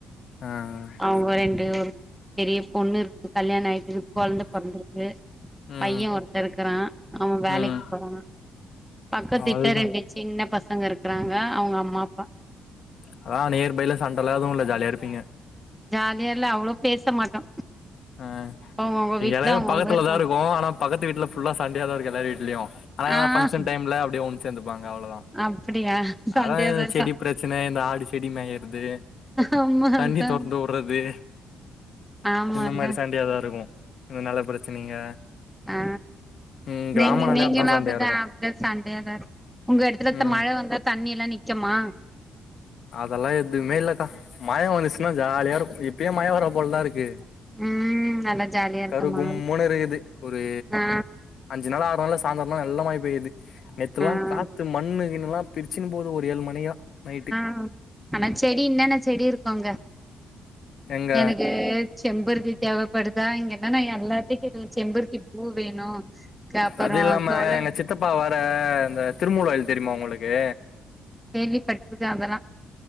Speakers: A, on the left; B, in the centre.
A: அ அ
B: அவுங்க ரெண்டு ஒரு பெரிய பொண்ணு இருக்கு கல்யாணோ ஆயிட்டு கொழந்த பொறந்துருக்கு
A: ம்
B: பைய ஒருத்த இருக்குறா அவ வேலைக்கு
A: ம்
B: போறா பக்கத்து
A: அவ்ளதா
B: வீட்ல ரெண்டு சின்ன பசங்க இருக்குறாங்க அவுங்க அம்மா அப்பா
A: அதா நியர் பையில சண்டல்லா எதுவு இல்ல ஜாலியா இருப்பீங்க
B: ஜாலியா இல்ல அவ்ளோ பேச மாட்டோ
A: அ
B: அவங்கவுங்க
A: இங்க
B: வீட்ல
A: எல்லாமே
B: அவங்கவுங்க
A: பக்கத்துலதா
B: இருப்பாங்க
A: இருக்கு ஆனா பக்கத்து வீட்ல ஃபுல்லா சண்டையாதா இருக்கு எல்லார் வீட்லயு ஆனா எதா
B: ஆ
A: ஃபங்க்ஷன் டைம்ல அப்டியே ஒன்னு சேந்துப்பாங்க அவ்ளோதா
B: அப்டியா சண்டையாதா
A: அதா
B: இருக்கா
A: செடி பிரச் சின இந்த ஆடு செடி மேயுறது
B: ஆமா
A: தண்ணி
B: அதா
A: தொறந்து வுட்றது
B: ஆமாங்க
A: இந்த மாரி சண்டையாதா இருக்கு இந்த நெல பிரச்சனைங்க
B: ஆ
A: ம் கிராமனாலே
B: நீங்க நீங்கல்லா
A: அதா சண்டையா
B: அப்டிதா
A: இருக்கு
B: அப்டிதா சண்டையா தா இருக் உங்க எடத்துல
A: ம்
B: மழ வந்தா தண்ணியெல்லா நி க்குமா
A: அதெல்லா எதுவுமே இல்லக்கா மழ வந்துச்சுன்னா ஜாலியா இருக்கு இப்பயே மழ வரப் போலதா இருக்கு
B: ம் நல்லா ஜாலியா இருக்குமா
A: கரு கும்முன்னு இருக்குது ஒரு
B: ஆ
A: அஞ்சு நாள் ஆறு நாள்ல சாய்ந்தறனா நல்லா மழ பெய்யுது நேத்தெல்லா
B: ஆ
A: காத்து மண்ணு கிண்ணுல்லா பிரிச்சின்போது ஒரு ஏழு மணிக்கா நைட்டு
B: அ ஆனா செடி என்னென்ன செடி இருக்கு அங்க
A: எங்க
B: எனக்கு செம்பருத்தி தேவப்படுதா இங்கென்னன்னா எல்லாத்தயு கேட்டே செம்பருத்தி பூ வேணு கப்பறோ
A: அது இல்லாம
B: தொள
A: எங்க சித்தப்பா வேற இந்த திருமுலாயில் தெரியுமா உங்களுக்கு
B: கேள்விப்பட்ருக்கே அதெல்லா